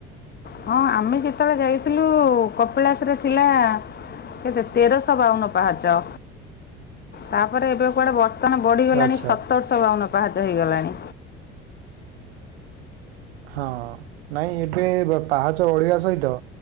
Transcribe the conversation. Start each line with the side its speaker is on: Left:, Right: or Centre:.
Left: ହଁ ଆମେ ଯେତେବେଳେ ଯାଇଥିଲୁ କପିଳାସ ରେ ଥିଲା କେତ ତେରଶହ ବାଉନ ପାହାଚ। ତାପରେ ଏବେ କୁଆଡେ ବ ଦୋକାନ ବଢ଼ିଗଲାଣି
Right: ଆଚ୍ଛା
Left: ସତରଶହ ବାଉନ ପାହାଚ ହେଇଗଲାଣି।
Right: ହଁ ନାଇଁ ଏବେ ପାହାଚ ଓଳେଇବା ସହିତ